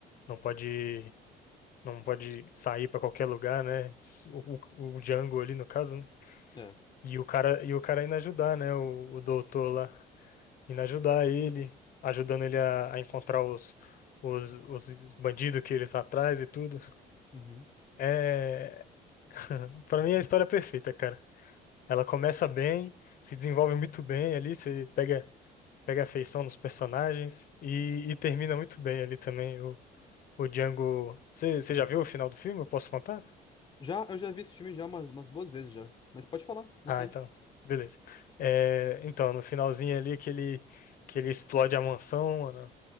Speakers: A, on the left; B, on the left.
A: não pode, não pode sair pra qualquer lugar, né? O, o, o Django ali, no caso, né?
B: é.
A: E o cara, e o cara indo ajudar, né? O, o doutor lá. indo ajudar ele, ajudando ele a, a encontrar os, os, os bandidos que eles tá atrás e tudo.
B: Uhum.
A: É, <laughs> para mim é a história é perfeita, cara. Ela começa bem, se desenvolve muito bem ali, você pega pega afeição nos personagens e, e termina muito bem ali também. O, o Django, você você já viu o final do filme? Eu posso contar?
B: Já, eu já vi esse filme já umas, umas boas vezes já. Mas pode falar, à vontade.
A: Ah, então, beleza. É, então, no finalzinho ali que ele que ele explode a mansão,